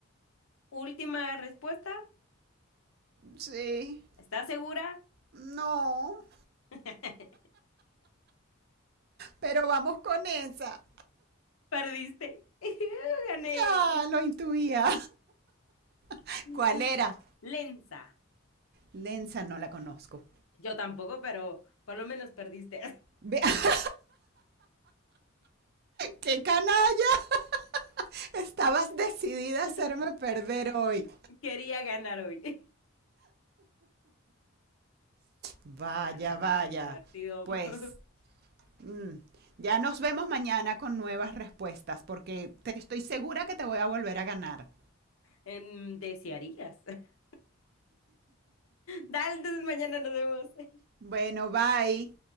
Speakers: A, on the left; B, on the right.
A: Última respuesta.
B: Sí.
A: ¿Estás segura?
B: No.
A: <laughs>
B: Pero vamos con esa.
A: Perdiste. <laughs> Gané.
B: Ya, lo intuía. <laughs>
A: Es
B: ¿Cuál era?
A: Lenza.
B: Lenza no la conozco.
A: Yo tampoco, pero por lo menos perdiste.
B: Ve- <laughs> ¡Qué canalla! Estabas decidida a
A: <laughs>
B: hacerme perder hoy.
A: Quería ganar hoy.
B: Vaya,
A: <laughs> Dale,
B: vaya.
A: qué divertido.
B: Pues
A: <laughs>
B: Mm, Ya nos vemos mañana con nuevas respuestas, porque te estoy segura que te voy a volver a ganar.
A: Em, desearías. <laughs> Dale, entonces mañana nos vemos.
B: Bueno, bye.